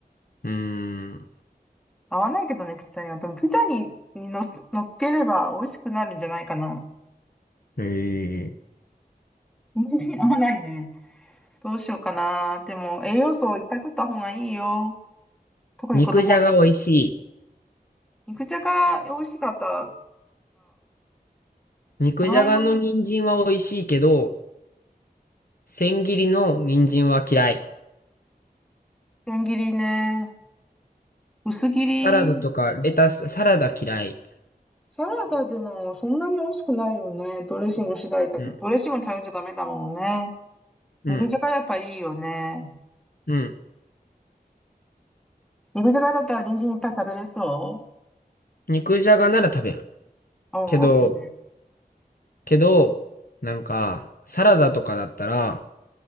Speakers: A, on the left (about 65°); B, in the centre.
A: うーん。
B: 合わないけどね、ピザには。でも、ピザに、に乗す、乗っければ美味しくなるんじゃないかな。
A: えー
B: <laughs> 合わないね。どうしようかな。でも、栄養素をいっぱい取った方がいいよ。特に子供の時。
A: 肉じゃが美味しい。
B: 肉じゃが美味しかったら、
A: 肉じゃがの人参は美味しいけど、
B: じゃがいもの
A: 千切りの人参は嫌い。
B: 千切りね。薄切り。
A: サラダとかレタス、サラダ嫌い。
B: サラダでもそんなに美味しくないよね。ドレッシング次第だけど、
A: うん、
B: ドレッシングに頼っちゃダメだもんね。
A: うん、
B: 肉じゃがやっぱいいよね。
A: うん。
B: 肉じゃがだったら人参いっぱい食べれそう
A: 肉じゃがなら食べる。
B: おー
A: けど、けど、なんか、サラダとかだったら、